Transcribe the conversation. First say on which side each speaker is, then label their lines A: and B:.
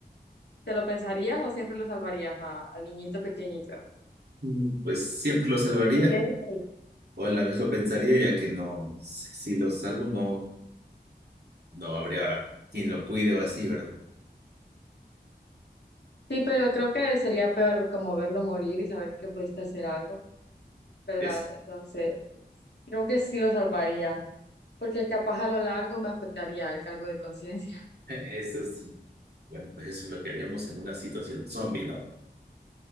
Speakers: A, on the left (about 90°); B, on the right (about 70°).
A: te lo pensarías o siempre lo salvarías a- al niñito pequeñito?
B: Mm. pues siempre lo salvaría
A: Te quedas sola.
B: o a la vez lo pensaría ya que no, si, si lo salvo no, no habría quien lo cuide o así, ¿verdad?
A: Sí, pero creo que sería peor como verlo morir y saber que pudiste hacer algo. ¿verdad?
B: Es,
A: Entonces, creo que sí lo salvaría, porque capaz a lo largo me afectaría el cargo de conciencia. <laughs>
B: <laughs> eso sí. Bueno, pues eso es lo que haríamos en una situación zombie, ¿no?